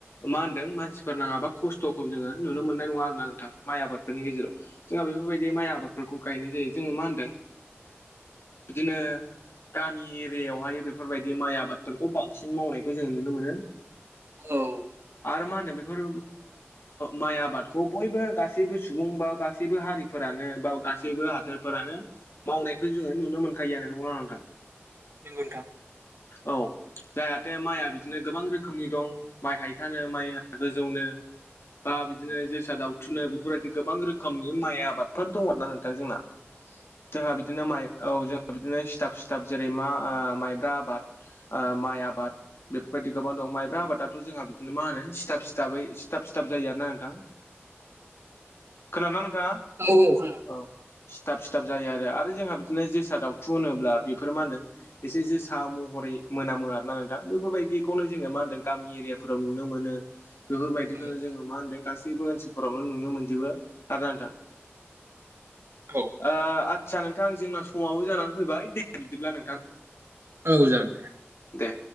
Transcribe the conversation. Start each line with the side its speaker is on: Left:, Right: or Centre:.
Left: मा होनदों मानसिफोर नाङाबा खस्थ'खौ जोङो नुनो मोननाय नङा आरो ना नोंथां माइ आबादफोरनि गेजेराव जोंहा बेफोरबायदि माइ आबादफोरखौ गायनाय जायो जोङो मा होनदों बिदिनो। गामि एरियायावहाय बेफोरबायदि माइ आबादफोरखौ बांसिन मावनायखौ जों नुनो मोनो
Right: औ
Left: आरो मा होनदों बेफोर माइ आबादखौ बयबो गासैबो सुबुं बा गासैबो हारि फोरानो बा गासैबो हादोर फोरानो मावनायखौ जोङो नुनो मोनखायोानो नोंगौना नोंथां
Right: नोंथां
Left: औ जाहाथे माइया बिदिनो गोबां रोखोमनि दं माइ हायथानो माइ गोजौनो बा बिदिनो जोसा दाउथुनो बेफोरबायदि गोबां रोखोमनि माइ आबादफोर दङ आरो ना नोंथां जोंना जोंहा बिदिनो माइ औ जोंहा बिदिनो सिथाब सिथाब जेरै मा माइब्रा आबाद। माइ आबाद। बेफोरबायदि गोबां दं माइब्रा आबादाथ' जोंहा बिदिनो मा होनो सिथाब सिथाबै सिथाब सिथाब जायो आरोना नोंथां खोनाना नोंथाङा
Right: औ औ खोनादों
Left: औ। सिथाब सिथाब जायो आरो जोंहा बिदिनो जोसा दाावथु होनोब्ला बेफोर मा होनदों। एसे जोसा महरै मोनामो आरो ना नोंथां बेफोरबायदि बेखौनो जोङो मा होनदों गामि एरिया फोराव नुनो मोनो बेफोरबायदिखौनो
Right: औ
Left: जोङो मा होनदों गास बेबो ओनसोलफोरावनो नुनो मोनजोबो आरो नोंथां।
Right: औ।
Left: आदसा नोंथां जोंना समावबो जानानै फैबाय दे बिदिब्ला नोंथां।
Right: औ जागोन दे
Left: दे